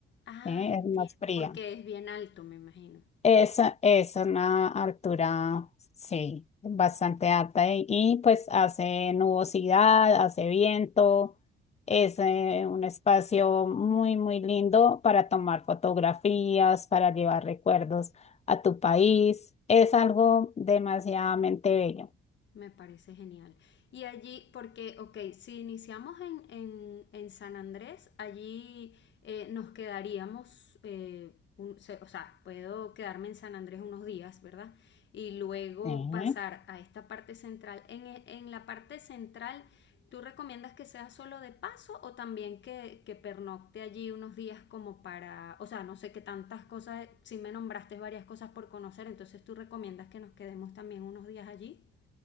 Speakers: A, on the left; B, on the left.
A: Ah,
B: ¿eh?
A: entiendo,
B: Es más fría.
A: porque es bien alto, me imagino.
B: Esa es una altura, sí, bastante alta y, y, pues hace nubosidad, hace viento, es
A: Ah, qué
B: eh,
A: rico.
B: un espacio muy, muy lindo para tomar fotografías, para llevar recuerdos a tu país. Es algo demasiadamente bello.
A: Me parece genial. Y allí, porque, ok, si iniciamos en, en, en San Andrés, allí eh, nos quedaríamos, eh, un- se- o sea, puedo quedarme en San Andrés unos días, ¿verdad? Y luego
B: Ujú.
A: pasar a esta parte central. En, e- en la parte central, ¿tú recomiendas que sea solo de paso o también que, que pernocte allí unos días como para, o sea, no sé qué tantas cosas, si me nombraste varias cosas por conocer, entonces tú recomiendas que nos quedemos también unos días allí?